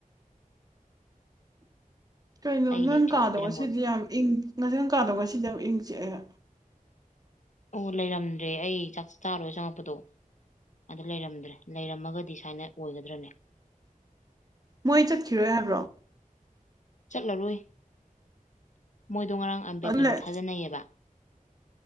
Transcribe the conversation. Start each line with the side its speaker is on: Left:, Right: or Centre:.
Right: <unintelligible> <inaudible> ꯀꯩꯅꯣ
Left: ꯑꯩ
Right: ꯅꯪ
Left: ꯂꯩꯇ꯭ꯔꯤꯉꯩ
Right: ꯀꯥꯗꯣ
Left: ꯄꯤꯔꯝꯕ
Right: ꯉꯁꯤꯗꯤ
Left: ꯑꯣꯏ-
Right: ꯌꯥꯝ ꯏꯪ ꯅꯪ ꯀꯥꯗꯣ ꯉꯁꯤꯗꯤ ꯌꯥꯝ ꯏꯪ ꯆꯤꯛꯑꯦ
Left: ꯑꯣ ꯂꯩꯔꯝꯗ꯭ꯔꯦ ꯑꯩ ꯆꯥꯛ ꯆꯥ ꯂ‌ꯣꯏꯔ ꯆꯪꯉꯛꯄꯗꯣ ꯑꯗꯥ ꯂꯩꯔꯝꯗ꯭ꯔꯦ ꯂꯩꯔꯝꯃꯒꯗꯤ ꯁꯨꯃꯥꯏꯅ ꯑꯣꯏꯒꯗ꯭ꯔꯅꯦ
Right: ꯃꯣꯏ ꯆꯠꯈꯤꯔꯣꯏ ꯍꯥꯏꯕ꯭ꯔꯣ
Left: ꯆꯠꯂꯔꯣꯏ ꯃꯣꯏꯗꯣ ꯉꯔꯥꯡ ꯑꯝꯕꯦꯗꯀꯔꯒꯤ
Right: ꯑꯗꯨꯝ ꯂꯩ
Left: ꯊꯥꯖꯤꯟꯅꯩꯌꯦꯕ